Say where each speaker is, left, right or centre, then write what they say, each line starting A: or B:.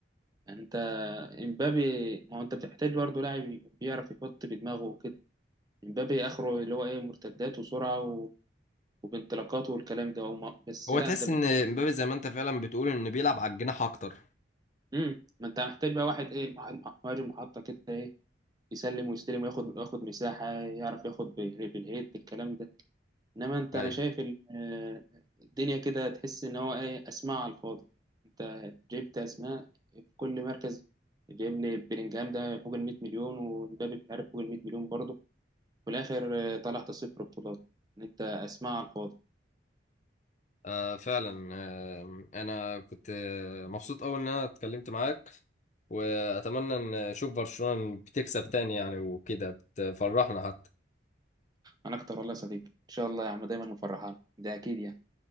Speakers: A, on the right; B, on the left.
A: يعني انت امبابي ما هو انت بتحتاج برضه لاعب بيعرف يحط بدماغه وكده امبابي اخره اللي هو ايه مرتدات وسرعه و... وبانطلاقات والكلام ده وما... بس
B: هو
A: لا
B: تحس
A: انت بتحتاج
B: ان مبابي زي ما انت فعلا بتقول ان بيلعب على الجناح اكتر
A: مم. ما انت محتاج بقى واحد ايه مهاجم محطه كده إيه، يسلم ويستلم وياخد وياخد مساحة يعرف ياخد بال- بالهيد الكلام ده انما انت
B: ايوه
A: انا شايف ال- آه، الدنيا كده تحس ان هو ايه اسماء على الفاضي انت جبت اسماء في كل مركز جايب لي بلينجهام ده فوق ال 100 مليون ومبابي مش عارف فوق ال 100 مليون برضه في الاخر آه، طلعت صفر بطولات ان انت اسماء على الفاضي
B: آه فعلا آه انا كنت آه، مبسوط أوي ان انا اتكلمت معاك واتمنى ان اشوف برشلونة بتكسب تاني يعني وكده بتفرحنا حتى
A: انا اكتر والله يا صديقي ان شاء الله يا عم دايما مفرحان ده اكيد يعني